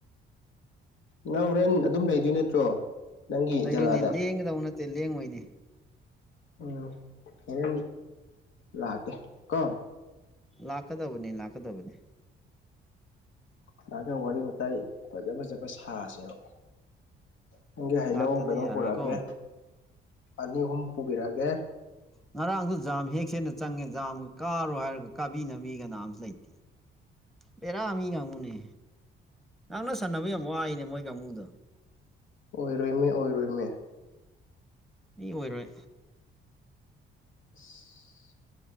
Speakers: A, on the left (about 75°); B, in the centre.
A: ꯅꯪ ꯍꯣꯔꯦꯟ ꯑꯗꯨꯝ ꯂꯩꯗꯣꯏ ꯅꯠꯇ꯭ꯔꯣ ꯅꯪꯒꯤ
B: ꯂꯩꯗꯣꯏꯅꯦ
A: ꯖꯒꯥꯗ
B: ꯂꯦꯡꯒꯗꯧ ꯅꯠꯇꯦ ꯂꯦꯡꯉꯣꯏꯅꯦ
A: ꯎꯝ ꯍ ꯂꯥꯛꯑꯒꯦ ꯀꯣ
B: ꯂꯥꯛꯀꯗꯕꯅꯤ ꯂꯥꯛꯀꯗꯕꯅꯤ
A: ꯉꯍꯅ ꯋꯥꯔꯤ ꯋꯥꯋꯇꯥꯏ ꯐꯖ ꯐꯖꯕ ꯁꯥꯁꯦꯕ ꯅꯪꯒꯤ ꯍꯩꯅꯧ
B: ꯂꯥꯛꯇꯗꯤ
A: ꯀꯩꯅꯣꯝ
B: ꯌꯥꯔꯣꯏꯀꯣ
A: ꯄꯨꯔꯛꯑꯒꯦ ꯑꯅꯤ ꯑꯍꯨꯝ ꯄꯨꯕꯤꯔꯛꯑꯒꯦ
B: ꯉꯔꯥꯡꯁꯨ ꯥꯝ ꯍꯦꯛꯁꯦꯠꯅ ꯆꯪꯉꯦꯖꯥ ꯑꯃ ꯀꯥꯔꯣ ꯍꯥꯏꯔꯒ ꯀꯥꯕꯤꯅꯕ ꯃꯤ ꯀꯅꯥꯝꯁꯨ ꯂꯩꯇꯦ ꯍꯦꯔꯥ ꯑꯃꯤ ꯀꯃꯅꯦ ꯉꯡ ꯅ ꯁꯥꯟꯅꯕ ꯌꯥꯝ ꯋꯥꯏꯅꯦ ꯃꯣꯏ ꯀꯥꯡꯨꯗꯣ
A: ꯑꯣꯏꯔꯣꯏꯃꯦ ꯑꯣꯏꯔꯣꯏꯃꯦ
B: ꯃꯤ ꯑꯣꯏꯔꯣꯏ
A: ꯑꯁ